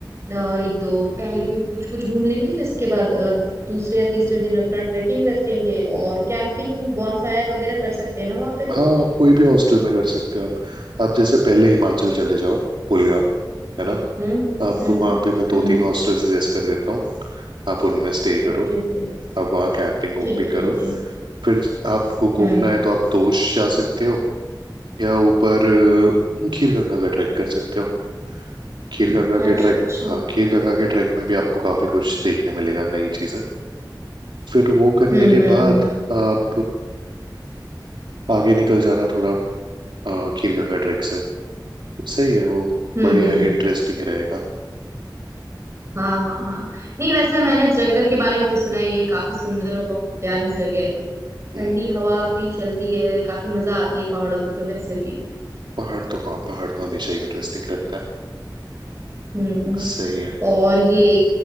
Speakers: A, on the right; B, on the right.
A: अ, एक दो पहले दिन कुछ कुछ घूम लेंगे फिर इसके बाद अ, दूसरे या तीसरे दिन अपना ट्रैकिंग रख लेंगे
B: हम्म
A: और कैंपिंग बॉनफायर वगैरह कर सकते हैं ना वहाँ पे तो
B: हाँ कोई भी हॉस्टल में कर सकते हो आप आप जैसे पहले हिमाचल चले जाओ पुलगा है ना
A: हम्म
B: आपको
A: हम्म
B: वहाँ
A: हम्म
B: पे मैं दो तीन
A: हम्म
B: हॉस्टल सजेस्ट कर देता हूँ आप उनमें स्टे करो
A: Okay okay
B: आप वहाँ कैंपिंग वैम्पिंग
A: ठीक है
B: करो
A: ठीक है
B: फिर आपको घूमना
A: हम्म
B: है तो आप तोश जा सकते हो या ऊपर अ, खीर गंगा का ट्रैक कर सकते हो खीर गंगा
A: अच्छा
B: के ट्रैक
A: अच्छा
B: हाँ खीर गंगा के ट्रैक में भी आपको काफी कुछ देखने मिलेगा नई चीजें फिर वो करने
A: हम्म
B: के
A: हम्म
B: बाद
A: हम्म
B: आप अ, आगे निकल जाना थोड़ा अ, खीर गंगा ट्रैक से सही है वो
A: हम्म
B: बढ़िया
A: हम्म हम्म,
B: इंटरेस्टिंग रहेगा
A: हाँ हाँ हाँ नहीं वैसे मैंने जगह के बारे में तो सुना ही है काफी सुंदर और बहुत प्यारी जगह है ठंडी
B: हम्म
A: हवा भी चलती है काफी मजा आती है पहाड़ों पे तो वैसे भी
B: पहाड़ तो हाँ पहाड़ तो हमेशा इंटरेस्टिंग रहता है
A: हम्म
B: सही है
A: और ये